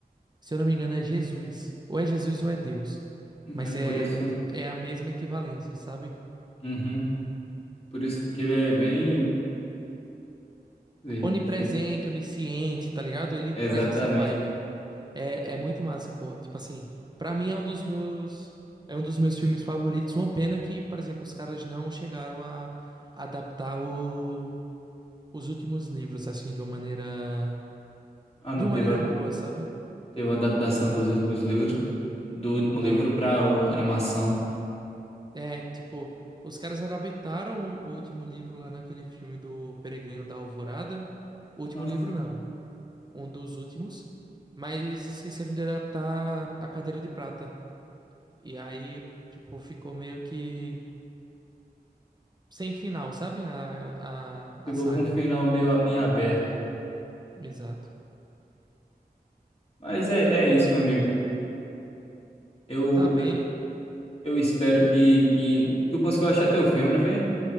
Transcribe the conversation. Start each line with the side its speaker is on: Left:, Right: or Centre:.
Right: se eu não me engano, é Jesus. Ou é Jesus ou é Deus.
Left: então
Right: Mas
Left: é por
Right: é,
Left: isso.
Right: tipo, é a mesma equivalência, sabe?
Left: Uhum. Por isso que ele é bem. sim,
Right: Onipresente,
Left: su-
Right: onisciente, tá ligado? Ele
Left: exatamente.
Right: traz essa vibe. É, é muito massa, pô. Tipo assim, pra mim é um dos meus, é um dos meus filmes favoritos. Uma pena que, por exemplo, os caras não chegaram a adaptar o os últimos livros, assim, de uma maneira.
Left: Ah, não,
Right: De uma
Left: teve
Right: maneira
Left: a,
Right: boa, sabe?
Left: teve a adaptação dos últimos livros, do último
Right: Não.
Left: livro pra o- animação.
Right: É, tipo, os caras adaptaram o último livro lá naquele filme do Peregrino da Alvorada. O último
Left: Ah,
Right: livro, não. Um dos últimos. Mas esqueceram de adaptar a Cadeira de Prata. E aí, tipo, ficou meio que sem final, sabe? A, a,
Left: ficou
Right: a saga.
Left: com um final meio a- em aberto.
Right: Exato.
Left: Mas é, é isso, meu amigo. Eu,
Right: Tá bem.
Left: eu, eu espero
Right: Eu
Left: que, que tu conseguiu achar teu filme, não foi?